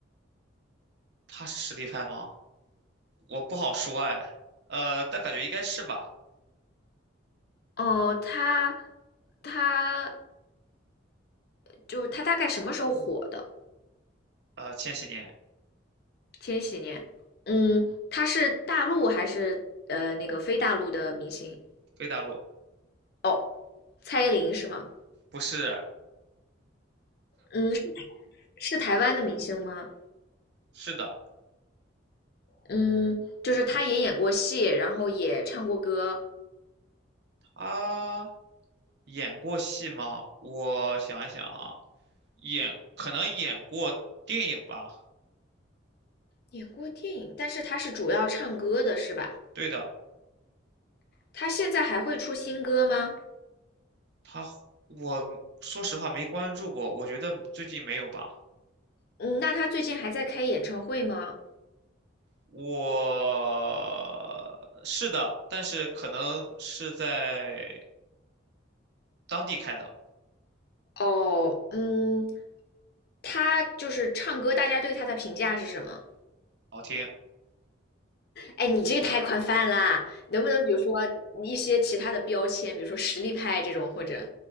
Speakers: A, on the right (about 55°); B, on the left (about 50°).
A: 他是实力派吗？我不好说哎，呃，但感觉应该是吧？
B: 哦，她她就是她大概什么时候火的？
A: 呃，千禧年，
B: 千禧年。嗯，她是大陆还是呃那个非大陆的明星？
A: 非大陆，
B: 哦，蔡依林是吗？
A: 不是，
B: 嗯，是是台湾的明星吗？
A: 是的，
B: 嗯，就是她也演过戏，然后也唱过歌。
A: 他演过戏吗？我想一想哈，演可能演过电影吧？
B: 演过电影，但是他是主要唱歌的，是吧？
A: 对的，
B: 他现在还会出新歌吗？
A: 他我说实话没关注过，我觉得最近没有吧。
B: 嗯，那他最近还在开演唱会吗？
A: 我是的，但是可能是在当地开的，
B: 哦，嗯，他就是唱歌，大家对他的评价是什么？
A: 好听。
B: 哎，你这个太宽泛啦，能不能比如说一些其他的标签，比如说实力派这种，或者